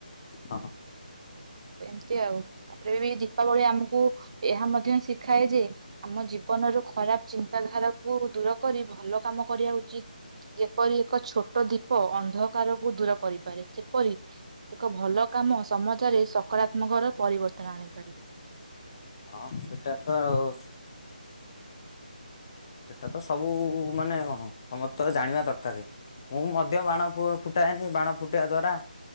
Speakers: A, on the left; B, on the right.
A: ହଁ ହଁ।
B: ଏମତି ଆଉ। ତାପରେ ବି ଦୀପାବଳି ଆମକୁ ଏହା ମଧ୍ୟ ଶି ଖାଏ ଯେ ଆମ ଜୀବନରୁ ଖରାପ ଚିନ୍ତାଧାରା କୁ ଦୂର କରି ଭଲ କାମ କରିବା ଉଚିତ ଯେପରି ଏକ ଛୋଟ ଦୀପ ଅନ୍ଧକାରକୁ ଦୂର କରିପାରେ ସେପରି ଏକ ଭଲ କାମ ସମାଜରେ ସକରାତ୍ମକର ପରିବର୍ତ୍ତ ତ୍ରାଣି ପରିବି
A: ହଁ ସେଟା ତ ଆଉ ସେଟା ତ ସବୁ ମାନେ କଣ ସମସ୍ତେ ତ ଜାଣିବା ଦରକାରେ ମୁଁ ମଧ୍ୟ ବାଣ ଫୁ-ଫୁଟାଏନି ବାଣ ଫୁଟାଇବା ଦ୍ଵାରା